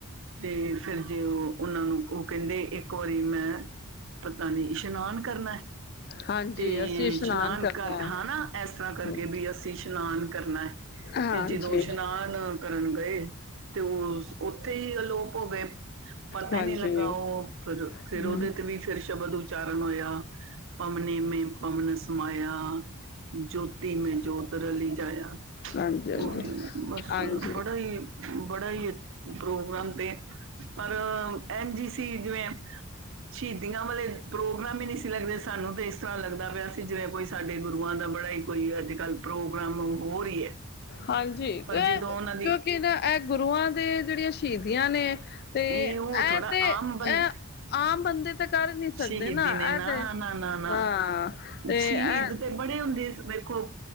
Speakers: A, on the right (about 60°); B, on the left (about 45°).
A: ਤੇ ਫਿਰ ਜੇ ਉਹ ਉਹਨਾਂ ਨੂੰ ਉਹ ਕਹਿੰਦੇ ਇੱਕ ਵਾਰੀ ਮੈਂ ਪਤਾ ਨੀ ਇਸ਼ਨਾਨ ਕਰਨਾ।
B: ਹਾਂਜੀ
A: ਤੇ
B: ਅਸੀਂ ਇਸ਼ਨਾਨ
A: ਸ਼ਨਾਨ
B: ਕਰਨਾ
A: ਕਰ
B: ਹੈ,
A: ਹਨਾ ਇਸ ਤਰ੍ਹਾਂ ਕਰਕੇ
B: ਹੂੰ,
A: ਵੀ ਅਸੀਂ ਇਸ਼ਨਾਨ ਕਰਨਾ।
B: ਹਾਂਜੀ,
A: ਤੇ ਜਦੋਂ ਇਸ਼ਨਾਨ ਕਰਨ ਗਏ ਤੇ ਉਹ ਉੱਥੇ ਹੀ ਤੋਪ ਹੋ ਗਏ ਪਤਾ
B: ਹਾਂਜੀ,
A: ਹੀ ਨਹੀਂ ਲੱਗਾ ਉਹ ਫਿਰ-ਫਿਰ
B: ਹੂੰ,
A: ਉਹਦੇ ਤੇ ਵੀ ਫਿਰ ਸ਼ਬਦ ਉਚਾਰਨ ਹੋਇਆ ਪਵਨੀ ਮੈਂ ਪਵਨ ਸਮਾਇਆ। ਜੋਤੀ ਮੈਂ ਜੋਤ ਰਲੀ ਜਾਇਆ
B: ਹਾਂਜੀ-ਹਾਂਜੀ,
A: ਉਹ ਬਸ
B: ਹਾਂਜੀ, ਹਾਂਜੀ
A: ਬੜਾ ਹੀ ਬੜਾ ਹੀ ਹੈ ਪ੍ਰੋਗਰਾਮ ਤੇ ਪਰ ਐਨ ਜੀ ਸੀ ਜਿਵੇਂ ਸ਼ੀ ਦੀਆਂ ਵਾਲੇ ਪ੍ਰੋਗਰਾਮ ਹੀ ਨਹੀਂ ਸੀ ਲੱਗਦੇ ਸਾਨੂੰ ਤੇ ਇਸ ਤਰ੍ਹਾਂ ਲੱਗਦਾ ਪਿਆ ਸੀ ਜਿਵੇਂ ਕੋਈ ਸਾਡੇ ਗੁਰੂਆਂ ਦਾ ਬੜਾ ਹੀ ਕੋਈ ਅੱਜ ਕੱਲ੍ਹ ਪ੍ਰੋਗਰਾਮ ਹੋਰ ਹੀ ਹੈ।
B: ਹਾਂਜੀ ਇਹ
A: ਪਰ ਜਦੋਂ ਉਹਨਾਂ ਦੀ
B: ਕਿਉਂਕਿ ਇਹ ਨਾ ਇਹ ਗੁਰੂਆਂ ਦੇ ਜਿਹੜੀਆਂ ਸ਼ਹੀਦੀਆਂ ਨੇ ਤੇ
A: ਇਹ ਉਹ
B: ਐ
A: ਥੋੜਾ
B: ਤੇ
A: ਆਮ
B: ਇਹ
A: ਬੰ
B: ਆਮ ਬੰਦੇ ਤੇ ਕਰ ਨੀ ਸਕਦੇ
A: ਸ਼ਹੀਦੀ
B: ਨਾ
A: ਨਹੀਂ
B: ਇਹ ਤੇ
A: ਨਾ ਨਾ ਨਾ
B: ਹਾਂ ਤੇ
A: ਸ਼ਹੀਦ
B: ਐ
A: ਤੇ ਬੜੇ ਹੁੰਦੇ ਵੇਖੋ